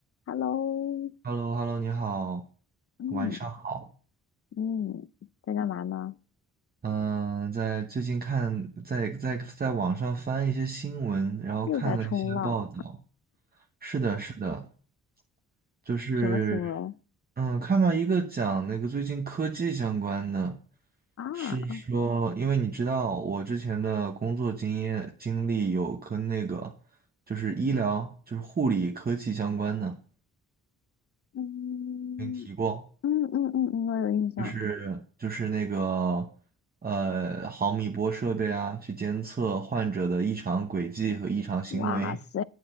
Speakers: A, on the left; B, on the right.
A: Hello，
B: h e l l o h e l l o 你好，
A: 嗯
B: 晚上好。
A: 嗯，在干嘛呢？
B: 嗯、在最近看，在在在网上翻一些新闻，然后看了一些报道。
A: 又在冲浪，
B: 是的，是的，就是，
A: 什么行为
B: 嗯，看到一个讲那个最近科技相关的，
A: 啊？
B: 是说，因为你知道我之前的工作经验经历有跟那个就是医疗，就是护理科技相关的，
A: 嗯
B: 跟你提过。
A: 嗯嗯嗯嗯，我有印象。
B: 就是。就是那个呃毫米波设备啊，去监测患者的异常轨迹和异常行为，
A: 哇塞，